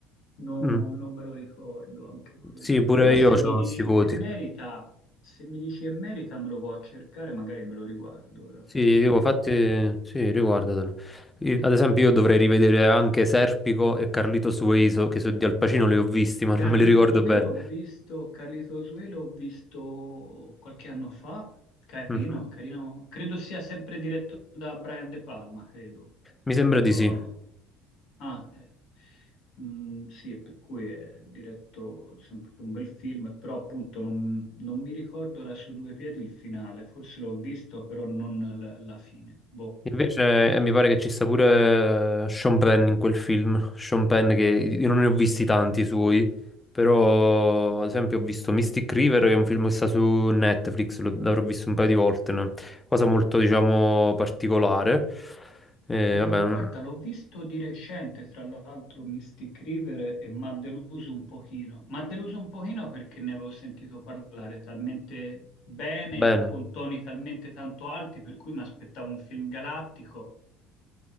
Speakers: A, on the left; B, on the left.
A: no-
B: Mm.
A: non me lo ricordo anche quello.
B: Sì, pure
A: Però se
B: io ho
A: mi dici
B: questi voti.
A: che merita, se mi dici che merita, me lo può cercare, magari me lo riguardo ora prossimamente.
B: Sì, dico, infatti, sì, riguardatelo. Io- ad esempio, io dovrei rivedere anche Serpico e Carlitos Way, so- che so di Al Pacino li ho visti, <laughs> ma
A: Carlitos
B: non me li ricordo
A: Way
B: bene.
A: l'ho visto, Carlitos Way l'ho visto qualche anno fa, carino,
B: Mhm.
A: carino, credo sia sempre diretto da Brian De Palma, credo.
B: Mi sembra di
A: Oh,
B: sì.
A: ah, eh, mm, sì, per cui è diretto sempre un bel film, però appunto non, non mi ricordo era su due piedi il finale, forse l'ho visto, però non la, la fine. Boh.
B: Invece, eh, mi pare che ci sta pure eh, Sean Penn in quel film. Sean Penn, che io non ne ho visti tanti suoi, però, ad esempio, ho visto Mystic River, che è un film che sta su Netflix, lo- l'avrò visto un paio di volte, no? Cosa molto, diciamo, particolare. Eh,
A: E
B: vabbè,
A: guarda,
B: mm,
A: l'ho visto di recente, tra l'altro, Mystic River e mi ha deluso un pochino. Mi ha deluso un pochino perché ne avevo sentito parlare talmente bene,
B: bene.
A: con toni talmente tanto alti, per cui mi aspettavo un film galattico.